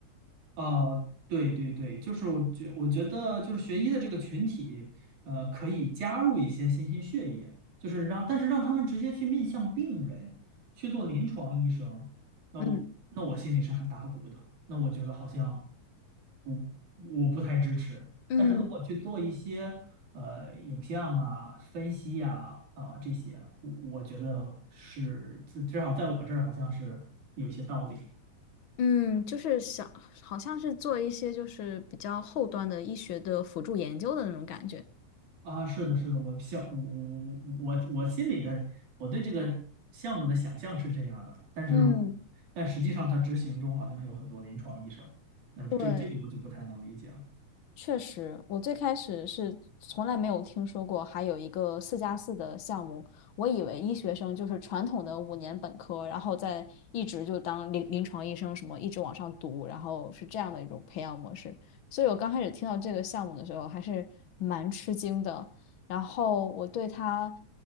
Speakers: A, on the right; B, on the left.
A: <laughs> 哦，对对对，就是我觉我觉得就是学医的这个群体，呃，可以加入一些新兴血液，就是让但是让他们直接去面向病人去做临床医生，那我那我心里是很打鼓的。
B: 嗯
A: 那我觉得好像。不，我不太支持。
B: 嗯
A: 但是如果去做一些呃影像啊、分析呀、啊、这些，我我觉得是至至少在我这儿好像是有一些道理
B: 嗯，就是想，好像是做一些就是比较后端的医学的辅助研究的那种感觉。
A: 啊。是的，是的，我想我我我心里的我对这个项目的想象是这样的，但是
B: 嗯，
A: 但实际上它执行中好像还有很多临床医生，那这这个我就不太能理解了。
B: 对。确实，我最开始是从来没有听说过还有一个四加四的项目，我以为医学生就是传统的五年本科，然后再一直就当临临床医生，什么一直往上读，然后是这样的一种培养模式。所以我刚开始听到这个项目的时候，还是蛮吃惊的。然后我对他